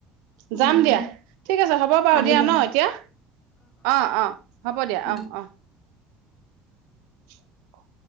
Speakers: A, on the right; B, on the left.
A: যাম
B: উম
A: দিয়া ঠিক আছে হ'ব বাৰু
B: আহিবা
A: দিয়া ন এতিয়া অ অ হ'ব দিয়া
B: উম
A: অ অ <unintelligible>